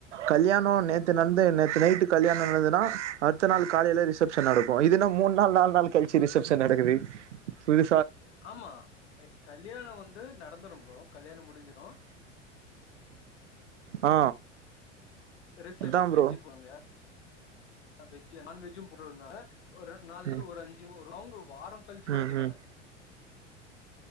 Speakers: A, on the right; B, on the left.
A: கல்யாணோ நேத்து நடந்தே நேத்து நைட்டு கல்யாணோ நடந்துன்னா அடுத்த நாள் காலையிலே ரிசப்ஷன் நடக்கு இதுன மூணு நாள் நாலு நாள் கழிச்சி ரிசப்ஷன் நடக்குது புது
B: ஆமா எ கல்யாண வந்து நடந்துடு ப்ரோ கல்யாண முடிஞ்சிடு
A: ஆ
B: <unintelligible>
A: அதா
B: வெஜ்ஜ
A: ப்ரோ
B: போவாங்க வெஜ்ஜூ நான்வஜ்ஜூ போட்ருந்தாங்க ஒரு நாலு
A: ம்
B: நாள் ஒரு அஞ்சு ஒரு அவங்க வாரம் கழிச்சு கூட
A: ம்
B: செய்வாங்க
A: ம்